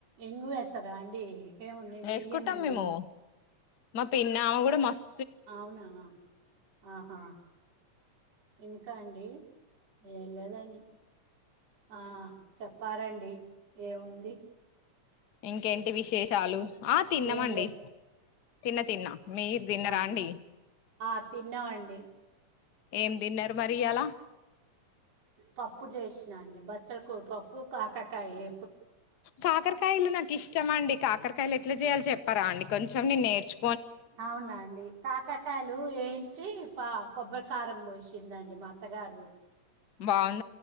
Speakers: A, on the right; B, on the left.
A: ఇంగువేస్తారా అండి ఏమో నేను
B: ఏసుకుంటాం
A: వెయ్యనండి
B: మేము మా పిన్నామె కూడా మస్
A: అవునా ఆహా ఇంకా అండి ఏం లేదండి ఆ చెప్పారండి ఏం ఉంది
B: ఇంకేంటి విశేషాలు ఆ తిన్నమండి
A: ఏం లేదు
B: తిన్న తిన్నా మీరు దిన్నరా
A: అవును
B: అండి
A: ఆ తిన్నామండి
B: ఏం దిన్నరు మరి ఇయ్యాల
A: పప్పు జేసినండి బచ్చలి కూర పప్పు కాకరకాయ వే
B: కాకరకాయలు నాకు ఇష్టం అండి కాకరకాయలు ఎట్లా జేయాలి చెప్పారా అండి కొంచెం నేను నేర్చు
A: అవునా అండి కాకకాయలు వేంచి పా కొబ్బరి కారం బోసిందండి మా అత్తగారు
B: బాం